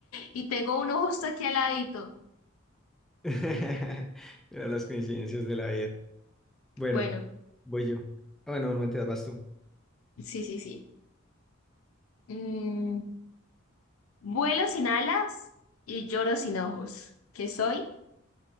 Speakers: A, on the left (about 85°); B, in the centre.
A: Y tengo uno justo aquí al ladito.
B: <laughs> Mira las coincidencias de la vida. Bueno,
A: Bueno,
B: voy yo. Ah, Bueno, normalmente vas tú.
A: sí, sí, sí. Mm, vuelo sin alas y lloro sin ojos. ¿Qué soy?